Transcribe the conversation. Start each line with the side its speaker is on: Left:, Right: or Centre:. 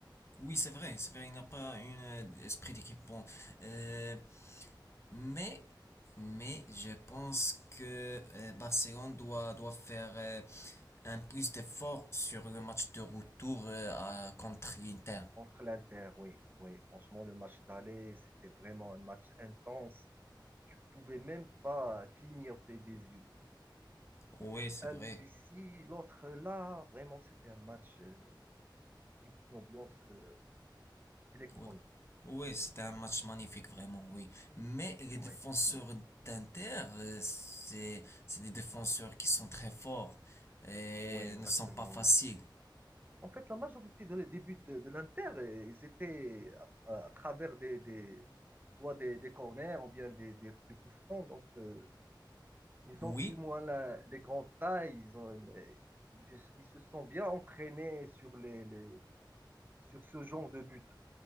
Left: Oui, c'est vrai, c'est vrai, il n'a pas un euh, esprit d'équipe bon. Euh, mais, mais je pense que euh, Barcelone doit, doit faire euh, un plus d'effort sur le match de retour euh, à- contre l'Inter.
Right: entre l'Inter. Oui, oui, franchement, le match d'aller, c'était vraiment un match intense. Tu ne pouvais même pas clignoter des yeux.
Left: Oui, c'est
Right: Un
Left: vrai.
Right: but ici, l'autre là, vraiment, c'était un match, euh, une ambiance euh, électronique.
Left: Ouais. Ouais, c'était un match magnifique, vraiment, oui. Mais les
Right: Oui,
Left: défenseurs
Right: oui,
Left: d'Inter, euh, c'est, c'est des défenseurs qui sont très forts et
Right: oui, exactement,
Left: ne sont pas faciles.
Right: oui. En fait, la majorité de les buts de, de l'Inter, euh, ils étaient à, à- à travers des, des- soit des, des corners ou bien des, des- des coups francs. Donc, euh, ils
Left: Oui,
Right: ont plus ou moins la- les grandes tailles. Ils ont, les- bien- ils se sont bien entraînés sur les, les- sur ce genre de but